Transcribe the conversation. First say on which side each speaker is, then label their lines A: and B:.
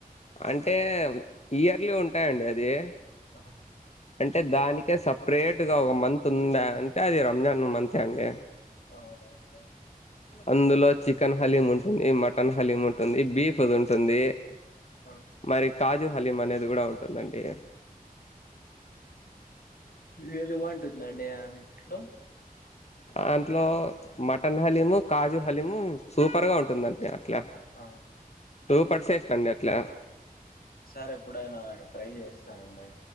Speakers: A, on the left; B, on the left.
A: అంటే ఇయర్లీ ఉంటాయండది
B: ఆహా!
A: అంటే దానికే సపరేట్ గా ఒక మంత్ ఉందా అంటే అది రంజాన్ మంత్ అండి
B: అవునండి
A: అందులో చికెన్ హలీం ఉంటుంది, మటన్ హలీం ఉంటుంది, బీఫ్ అదుంటుంది.
B: ఆ
A: మరి కాజు హలిం అనేది కూడా ఉంటుందండి
B: ఏది వంటుందండి ఆమింట్లో
A: దాంట్లో మటన్ హలీము, కాజు హలీము సూపర్ గా ఉంటుందంతే. అట్లా
B: ఆ
A: టూ పర్సేస్ అండట్లా
B: సార్ ఎప్పుడైనా ట్రై చేస్తానండి